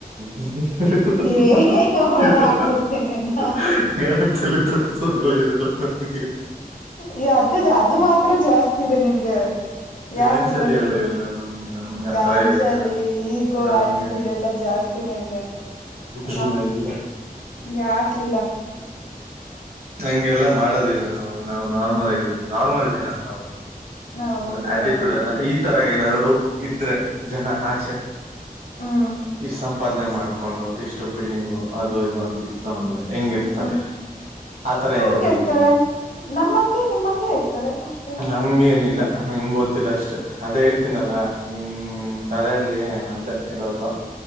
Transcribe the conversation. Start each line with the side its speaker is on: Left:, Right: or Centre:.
Right: ಇ ಶಕ್ತತ
Left: ಏ ಹೊಡ್ದ
Right: ಇಲ್ಲ
Left: ಹಾಕ್ಬಿಡ್ತೀನಿ ನಿನ್ನ
Right: <inaudible> ಈ ತರಿಸಸೋದಿಲ್ಲ ಇರಲ್ಲ ನನಗೆ
Left: ಈ ಅದ ಅದು ಮಾತ್ರ ಜಾಸ್ತಿ ಇದೆ ನಿನ್ಗೆ
Right: ಡ್ಯಾನ್ಸಲ್ಲಿ
Left: ಯಾಕಿಲ್ಲ ನಿನ್ಗೆ
Right: ಎಲ್ಲ ಇಲ್ಲ ನಮ್ಗೆ ನಮ್ಗೆ ಆತರ
Left: ಗಾನ್ಚಾಲಿ
Right: ಎಲ್ಲ ಇಲ್ಲ
Left: ಈಗೋ
Right: ನಮ್ಗೆ
Left: ಆಟಿಟ್ಯೂಡ್ ಎಲ್ಲಾ ಜಾಸ್ತಿ ಸಿನೆ ಇದೆ
Right: ಲ್ಲ
Left: ನಮ್
Right: ಇಲ್ಲ
Left: ಯಾಕಿಲ್ಲ
Right: ಹಂಗೆಲ್ಲ ಮಾಡೋದಿಲ್ಲ ನಾವು ನಾವು ನಾರ್ಮಲ್ ಆಗಿರುತ್ತೆ ನಾರ್ಮಲ್ ಜನ ನಾವು
Left: ಹೌದೌದೌದು
Right: ಅ ಆಟಿಟ್ಯೂಡ್ ಎಲ್ಲ ಈ ತರ ಏನಾದ್ರು ಇದ್ರೆ ಜನ ಆಚೆ
Left: ಹ್ಮ್
Right: ಈ ಸಂ ಉತ್ಪಾದನೆ ಮಾಡ್ಕೊಂಡು ಇಷ್ಟು ಬಿಲ್ಡಿಂಗು ಅದು
Left: ಹ್ಮ್
Right: ಇದು ಅಂತಿತ್ತು ಅನ್ನೋದು ಹೆಂಗಿರ್ತಾರೆ
Left: ಹ್ಮ್
Right: ಆತರ
Left: ಹೆಂಗ
Right: ಏನಾದ್ರು
Left: ಇರ್ತಾರೆ
Right: ಇದೀನ
Left: ನಮ್ಮಂಗೆ ನಿಮ್ಮಂಗೆ ಇರ್ತಾರೆ ಅಷ್ಟೆ
Right: ಹಂಗೇನಿಲ್ಲ ನಿನ್ ಗೊತ್ತಿಲ್ಲ ಅಷ್ಟೇ ಅದೇ ಹೇಳ್ತೀನಲ್ಲ ನಿನ್ ತಲೆಯಲ್ಲಿ ಅದೇ ಇರೋದು